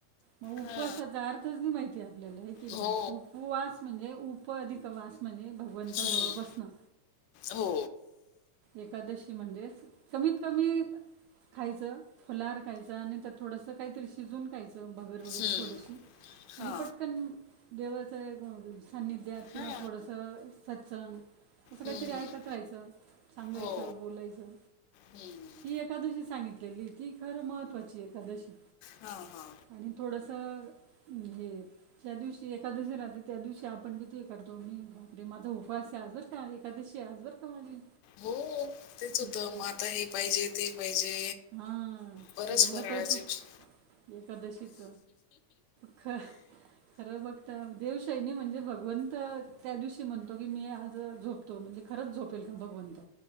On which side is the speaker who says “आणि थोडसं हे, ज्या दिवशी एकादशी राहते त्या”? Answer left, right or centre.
Right